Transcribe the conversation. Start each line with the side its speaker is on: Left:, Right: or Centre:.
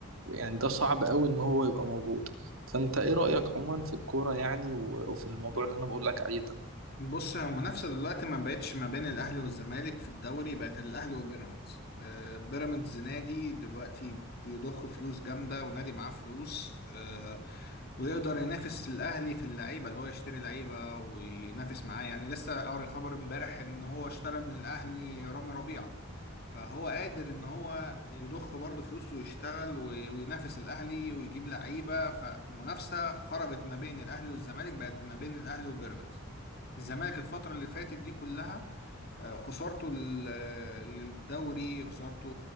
Right: يعني ده صعب قوي ان هو يبقى موجود فانت ايه رأيك عموما في الكورة يعني و- وفي الموضوع اللي انا بقول لك عليه ده
Left: بص المنافسة دلوقتي ما بقتش ما بين الأهلي والزمالك في الدوري بقت الأهلي وبيراميدز آه، بيراميدز نادي دلوقتي بيضخ فلوس جامدة ونادي معاه فلوس آه، ويقدر ينافس الأهلي في اللعيبة اللي هو يشتري لعيبة وينافس معاه يعني لسه قاري خبر امبارح إن هو اشترى من الأهلي رامي ربيعة فهو قادر إن هو يضخ برضه فلوس ويشتغل وي- وينافس الأهلي ويجيب لعيبة فمنافسة خرجت ما بين الأهلي والزمالك بقت ما بين الأهلي وبيراميدز الزمالك الفترة اللي فاتت دي كلها آه، خسارته لل- للدوري خسارته